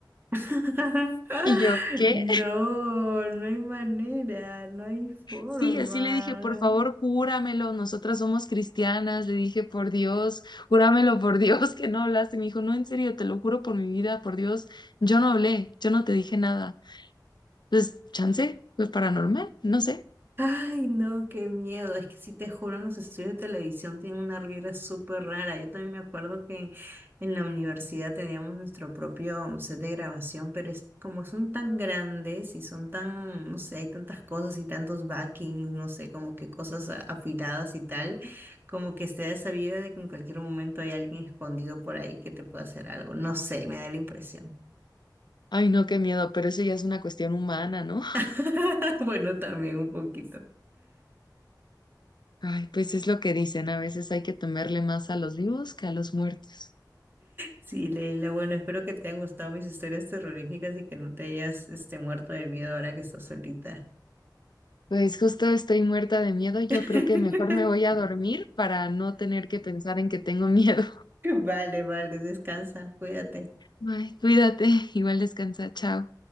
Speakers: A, on the right; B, on the left.
A: <laughs>
B: Y yo, ¿qué?
A: No, no hay manera, no hay forma.
B: Sí, así le dije, por favor, júramelo, nosotras somos cristianas, le dije, por Dios, júramelo por <laughs> Dios que no hablaste. Me dijo, no, en serio, te lo juro por mi vida, por Dios, yo no hablé, yo no te dije nada. Entonces, chance, fue paranormal, no sé.
A: Ay, no, qué miedo. Es que sí te juro, en los estudios de televisión tienen una vibra súper rara. Yo también me acuerdo que en la universidad teníamos nuestro propio set de grabación, pero es como son tan grandes y son tan, no sé, hay tantas cosas y tantos backings, no sé, como que cosas a- afiladas y tal, como que está esa vibra de que en cualquier momento hay alguien escondido por ahí que te pueda hacer algo. No sé, me da la impresión.
B: Ay, no, qué miedo, pero eso ya es una cuestión humana, ¿no? <laughs>
A: <laughs> Bueno, también un poquito.
B: Ay, pues es lo que dicen, a veces hay que temerle más a los vivos que a los muertos.
A: Sí, Leila, bueno, espero que te hayan gustado mis historias terroríficas y que no te hayas este, muerto de miedo ahora que estás solita.
B: Pues justo estoy muerta de miedo, yo
A: <laughs>
B: creo que mejor me voy a dormir para no tener que pensar en que tengo <laughs> miedo.
A: Vale, vale, descansa, cuídate.
B: Bye, cuídate, igual descansa, chao.